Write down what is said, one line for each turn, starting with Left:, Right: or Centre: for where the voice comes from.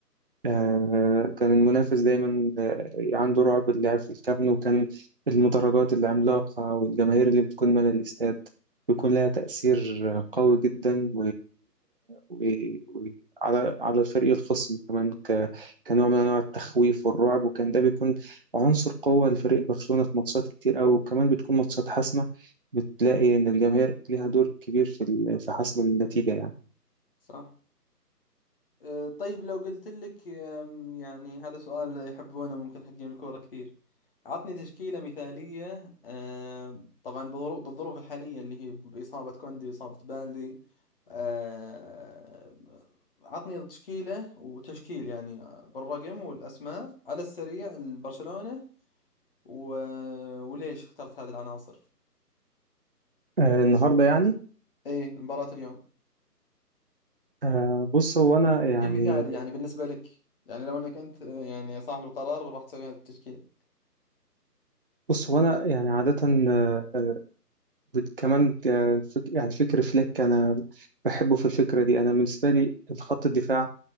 Right: آه، كان المنافس دايما آه، عنده رعب اللعب في الكامب نو كان المدرجات العملاقة والجماهير اللي بتكون من الاستاد بيكون لها تأثير قوي جدا وعلى على الفريق الخصم كمان ك... كنوع من انواع التخويف والرعب وكان ده بيكون عنصر قوة لفريق برشلونة في ماتشات كتير أوي وكمان بتكون ماتشات حاسمة بتلاقي إن الجماهير ليها دور كبير في ال... في حسم النتيجة يعني
Left: صح أه، طيب لو قلت لك أم، يعني هذا سؤال يحبونه ممكن حقين الكورة كثير عطني تشكيلة مثالية أم، طبعا بظروف بالظروف الحالية اللي هي بإصابة كوندي إصابة بالدي أم، عطني تشكيلة وتشكيل يعني بالرقم والأسماء على السريع لبرشلونة و... وليش اخترت هذه العناصر
Right: آه النهاردة يعني
Left: اي مباراة اليوم
Right: آه بص هو أنا يعني
Left: تشكيل مثالي يعني بالنسبة لك يعني لو انك انت أه، يعني صاحب القرار راح تسوي هذا التشكيل
Right: بص هو أنا يعني عادة آه، بت- كمان آه، فك... يعني فكر فليك أنا بحبه في الفكرة دي أنا بالنسبة لي الخط الدفاع